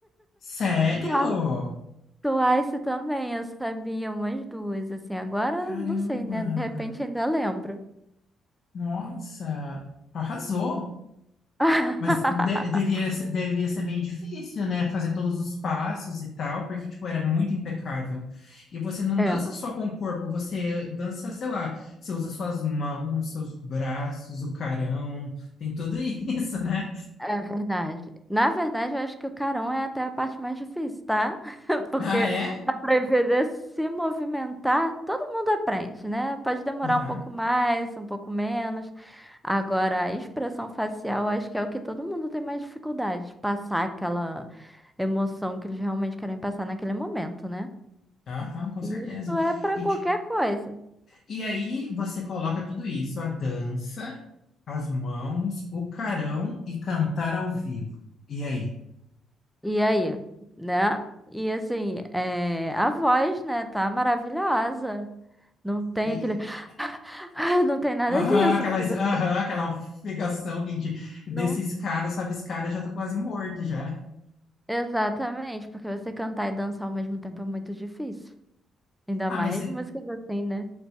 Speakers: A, on the left; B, in the centre.
A: Sério?
B: <laughs> Twice, Twice também, eu sabia umas duas, assim. Agora,
A: Caramba!
B: não sei, né? De repente ainda lembro.
A: Nossa! Arrasou!
B: <laughs>
A: Mas de- devia, ser- devia ser bem difícil, né? Fazer todos os passos e tal, porque, tipo, era muito impecável. E você não
B: É.
A: dança só com o corpo, você dança, sei lá, você usa suas mãos, seus braços, o carão, tem tudo <laughs> isso, né?
B: É verdade. Na verdade, eu acho que o carão é até a parte mais difícil, tá? <laughs> Porque
A: Ah, é?
B: para aprender a se movimentar, todo mundo aprende, né? Pode demorar
A: Aham,
B: um pouco mais, um pouco menos. Agora, a expressão facial, acho que é o que todo mundo tem mais dificuldade, passar aquela emoção que eles realmente querem passar naquele momento, né?
A: aham, com certeza.
B: Isso é para
A: E,
B: qualquer
A: tipo,
B: coisa.
A: E aí você coloca tudo isso, a dança, as mãos, o carão e cantar ao vivo. E aí?
B: E aí, né? E assim, é, a voz, né, tá maravilhosa. Não tem
A: E,
B: aquele. <laughs> Não tem nada
A: aham,
B: disso,
A: aquelas,
B: porque você
A: aham, aquela figação que a gente, desses
B: não.
A: caras, sabe, esse cara já tá quase morto já.
B: Exatamente, porque você cantar e dançar ao mesmo tempo é muito difícil. Ainda
A: Ah,
B: mais
A: mas, é,
B: músicas assim, né?